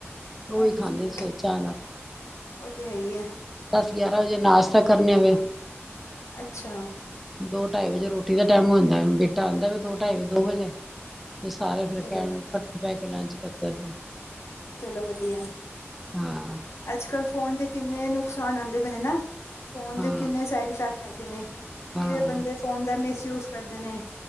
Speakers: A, in the centre; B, on the left.
A: ਓਈ
B: ਹਾਂਜੀ
A: ਖਾਂਦੇ ਸਵੇਰ ਚਾਹ ਨਾਲ।
B: ਉਹ ਤੇ ਹੈ ਹੀ ਹੈ
A: ਦਸ ਗਿਆਰਾਂ ਵਜੇ ਨਾਸਤਾ ਕਰਨੇ ਆਂ ਫੇਰ।
B: ਅੱਛਾ।
A: ਦੋ ਢਾਈ ਵਜੇ ਰੋਟੀ ਦਾ ਟਾਈਮ ਹੋ ਜਾਂਦਾ ਬੇਟਾ ਆਂਦਾ ਵੀ ਦੋ, ਢਾਈ ਵਜੇ ਦੋ ਵਜੇ। ਫੇਰ ਸਾਰੇ ਫੇਰ
B: ਚਲੋ
A: ਬੈਂਣ ਕੱਠੇ ਬੈਕੇ ਲੰਚ ਕਰਦੇ ਫਿਰ
B: ਚਲੋ ਵਧੀਆ,
A: ਹਾਂ
B: ਅੱਜ-ਕੱਲ ਫੋਨ ਦੇ ਕਿੰਨੇ ਨੁਕਸਾਨ ਆਂਦੇ ਪਏ ਨੇ ਨਾ। ਫੋਨ
A: ਹਾਂ
B: ਦੇ ਕਿੰਨੇ ਸਾਇਡ ਇਫੈਕਟ ਹੈਗੇ ਨੇ, ਕਿਵੇਂ
A: ਹਾਂ
B: ਬੰਦੇ ਫੋਨ ਦਾ ਮਿਸਯੂਜ ਕਰਦੇ ਨੇ।